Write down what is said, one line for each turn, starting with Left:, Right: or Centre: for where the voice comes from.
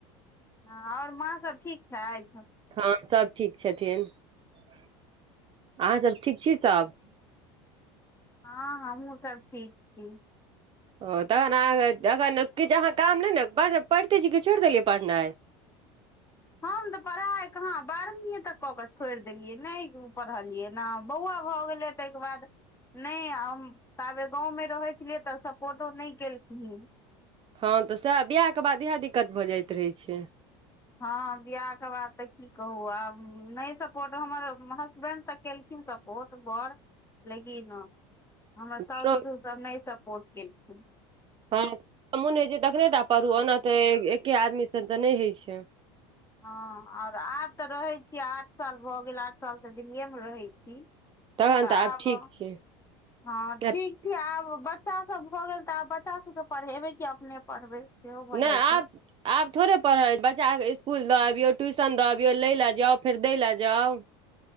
Left: हँ और माँ सभ ठीक छैथ
Right: हँ सब ठीक छथिन <inaudible> अहाँ सब ठीक छी सब
Left: हँ हमहुँ सब ठीक छी
Right: ओ तखन अहाँ तखन किछ अहाँ काम नै न पढ़ पढ़िते छी कि छोड़ देलियै पढ़नाइ
Left: हम तऽ पढ़ाइ कहाँ बारहमीए तक कऽ कऽ छोड़ देलियै नै पढ़लियै न बौआ भऽ गेलै तैइ केँ बाद नै हम तबे गाँवमे रहैत छलियै तऽ सपोर्टो नै केलखिन
Right: हँ तऽ सेह बियाह केँ बाद इहै दिक्कत भऽ जाइत रहैत छै
Left: हँ बियाह कऽ बाद तऽ की कहू आब नै सपोर्ट हमर हसबेंड तऽ केल खिन सपोर्ट बर लेकिन हमर साास
Right: हमरो
Left: ससुर सब नै सपोर्ट केलखिन
Right: हँ मोन होइ छै तखने टा पढ़ू ओना तऽ एके आदमी से तऽ नै होइ छै
Left: हँ और आब तऽ रहै छी आठ साल भए गेल आठ साल तऽ दिल्लीे में रहैत छी
Right: तखन
Left: तऽ आब
Right: ठीक छै
Left: <inaudible> हँ
Right: नहि
Left: ठीक छै आब बच बच्चा सब भऽ गेल तऽ आब बच्चा सब केँ पढ़ेबै कि अपने पढ़बै सेहो भऽ
Right: नै
Left: जाइ
Right: आब
Left: छै
Right: आब थोड़े पढ़ल बच्चा कऽ इसकुल दऽ अबियो ट्यूशन दऽ अबियो लैल जाउ फेर दय लए जाउ